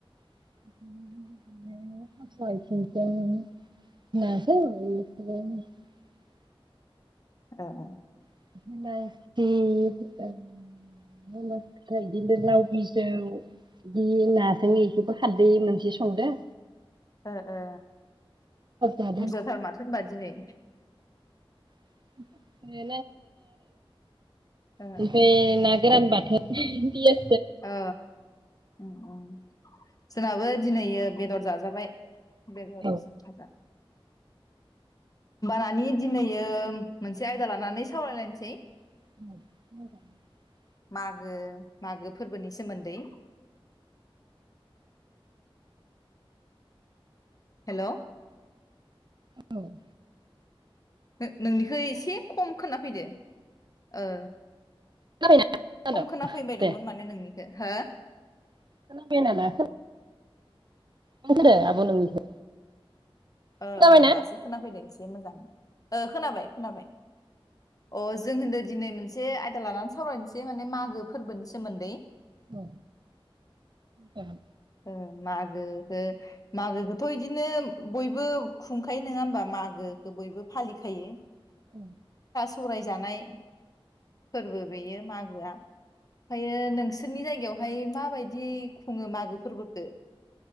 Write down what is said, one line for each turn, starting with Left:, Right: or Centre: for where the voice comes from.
Right: <unintelligible>
Left: ओ ओ
Right: <inaudible> <inaudible> बि नाजों इखौबो खारदै बिदि संदो
Left: ओ ओ
Right: जादों
Left: बुरजाथार माथो होनबा दिनै
Right: <unintelligible>
Left: ओ
Right: ओमफाय नागोरान बाथोन <inaudible>
Left: ओ उम उम जोंहाबो दिनै बेदर जाजाबाय। <inaudible> होनबा
Right: औ
Left: नानि दिनैयो मोनसे आयदा लानानै सावरायलायनोसै बे
Right: <inaudible>
Left: माघो माघो फोरबोनि सोमोन्दै हेलौ
Right: <inaudible> औ
Left: नो-नोंनिखौ एसे खम खोना फैदो ओ
Right: खोनाबायना खोनादों
Left: खम खोना फैबाय दंमोन
Right: दे
Left: माने नोंनि हो।
Right: <unintelligible> <unintelligible> आब' नोंनिखौ
Left: ओ
Right: खोनाबायना
Left: ओ दासो खोनाफैदों एसे मोजाङै ओ खोनाबाय खोनाबाय! अ जों होनदों दिनै मोनसे आयदा लानानै सावरायनोसै माने मागो फोरबोनि सोमोन्दै
Right: औ औ
Left: ओ मागो हो मागोखौथ' इदिनो बयबो खुंखायो नोङा होमबा मागोखौ बयबो फालिखायो।
Right: औ।
Left: फराय जानाय फोरबो बे मागोआ ओमफ्रायो नोंसोर। नोंसोरनि जायगायावहाय माबायदि खुङो मागो फोरबोखौ